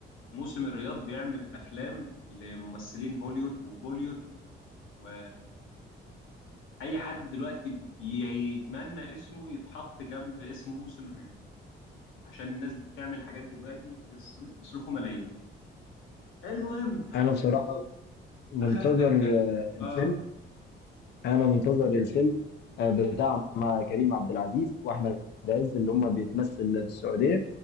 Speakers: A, on the left; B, on the left.
A: موسم الرياض بيعمل افلام لممثلين هوليوود وبوليوود و اي حد دلوقتي بيتمنى اسمه يتحط جنب اسم موسم الرياض عشان الناس دي بتعمل حاجات دلوقتي بيصرف- بيصرفوا ملايين المهم
B: انا بصراحه منتظر
A: اخدنا الكلام
B: آه،
A: اه
B: الفيلم انا منتظر الفيلم آه، بتاع مع كريم عبد العزيز واحمد عز اللي هم بيتمثل في السعوديه